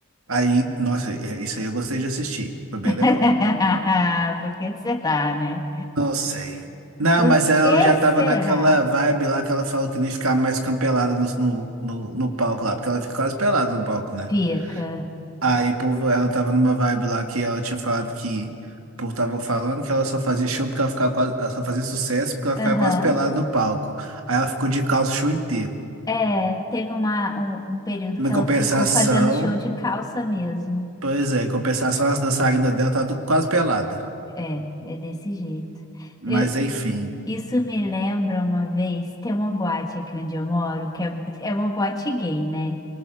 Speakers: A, on the right; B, on the left.
A: Aí, nossa, é- isso aí eu gostei de assistir. Foi bem
B: <laughs>
A: legal.
B: Por que será, né?
A: Não sei. Não,
B: Por
A: mas ela
B: que
A: já tava
B: será?
A: naquela vibe lá que ela falou que não ia ficar mais campelada no, no, no, no palco lá, porque ela fica quase pelada no palco, né?
B: Fica.
A: Aí o povo, ela tava numa vibe lá que ela tinha falado que o povo tava falando que ela só fazia show porque ela ficava quase, ela só fazia sucesso porque ela
B: Aham.
A: ficava quase pelada no palco. Aí ela ficou de calça o show inteiro.
B: É, teve uma, um, um período
A: Em
B: que
A: compensação,
B: ela ficou fazendo show de calça mesmo.
A: pois é, em compensação as dançarinas dela tá tudo quase pelada.
B: É, é desse jeito.
A: Mas
B: Eu,
A: enfim.
B: isso me lembra uma vez, tem uma boate aqui onde eu moro, que é, é uma boate gay, né?